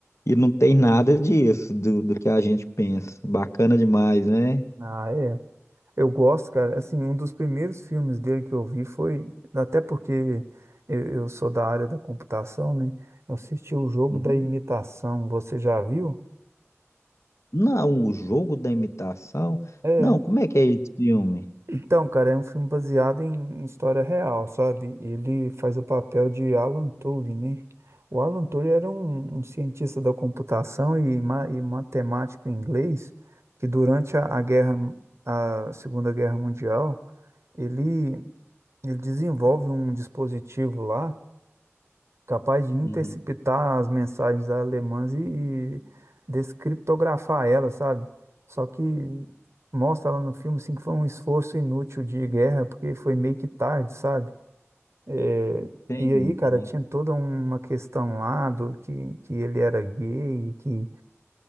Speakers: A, on the left; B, on the right.
A: e não tem nada disso do, do que a gente pensa. Bacana demais, né?
B: Ah, é. Eu gosto, cara. Assim, um dos primeiros filmes dele que eu vi foi. Até porque eu, eu sou da área da computação, né? Eu assisti o jogo
A: Uhum.
B: da imitação. Você já viu?
A: Não, o jogo da imitação.
B: É.
A: Não, como é que é esse filme?
B: Então, cara, é um filme baseado em, em história real, sabe? Ele faz o papel de Alan Turing, né? O Alan Turing era um, um cientista da computação e, ma- e matemático inglês que durante a, a guerra, a Segunda Guerra Mundial, ele, ele desenvolve um dispositivo lá capaz de interceptar
A: Uhum.
B: as mensagens alemãs e, e descriptografar elas, sabe? Só que mostra lá no filme assim, que foi um esforço inútil de guerra, porque foi meio que tarde, sabe? É,
A: Entendi.
B: e aí, cara, tinha toda uma questão lá do que, que ele era gay e que,